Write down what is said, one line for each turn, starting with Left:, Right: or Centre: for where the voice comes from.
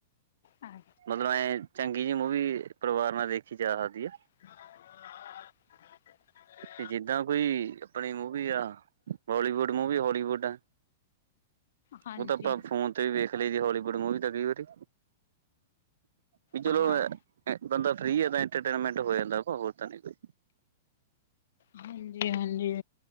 Left: ਹਾਂ
Right: ਮਤਲਬ ਐਂ ਚੰਗੀ ਜਿਹੀ ਮੂਵੀ ਪਰਵਾਰ ਨਾਲ ਵੇਖੀ ਜਾ ਸਕਦੀ ਐ
Left: <unintelligible>
Right: ਤੇ ਜਿੱਦਾਂ ਕੋਈ ਆਪਣੀ ਮੂਵੀ ਆ ਬੋਲੀਵੁੱਡ ਮੂਵੀ ਹੋਲੀਵੁੱਡ ਆ
Left: ਹਾਂਜੀ
Right: ਉਹ ਤਾਂ ਆਪਾਂ ਫੋਨ ਤੇ ਵੀ ਵੇਖ ਲਈ ਦੀ ਆ ਹੋਲੀਵੁੱਡ ਮੂਵੀ ਤਾਂ ਗਈ ਵਾਰੀ ਵੀ ਚਲੋ
Left: ਹਾਂ
Right: ਏਂ ਏਂ ਬੰਦਾ ਫਰੀ ਆ ਤੇ ਇੰਟਰਟੇਨਮੈਂਟ ਹੋ ਜਾਂਦਾ ਹੋਰ ਤਾਂ ਨਹੀਂ ਕੋਈ
Left: ਹਾਂਜੀ ਹਾਂਜੀ